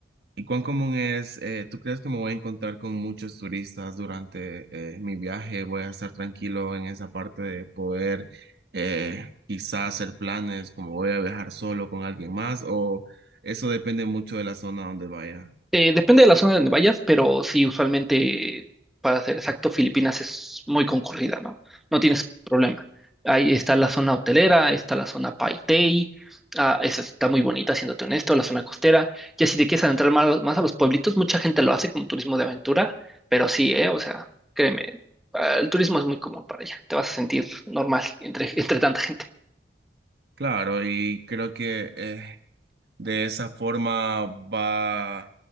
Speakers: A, on the right (about 65°); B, in the centre.
A: ¿Y cuán común es, eh, tú crees que me voy a encontrar con muchos turistas durante eh, mi viaje? ¿Voy a estar tranquilo en esa parte de poder eh, quizás hacer planes como voy a viajar solo con alguien más? ¿O eso depende mucho de la zona donde vaya?
B: Eh, depende de la zona donde vayas, pero sí, usualmente, para ser exacto, Filipinas es muy concurrida, ¿no? No tienes problema. Ahí está la zona hotelera, está la zona Paitei, ah, esa está muy bonita, siéndote honesto, la zona costera. Ya si te quieres adentrar más, más a los pueblitos, mucha gente lo hace como turismo de aventura, pero sí, eh, o sea, créeme, ah, el turismo es muy común para allá, te vas a sentir normal entre, <laughs> entre tanta gente.
A: Claro, y creo que eh, de esa forma va a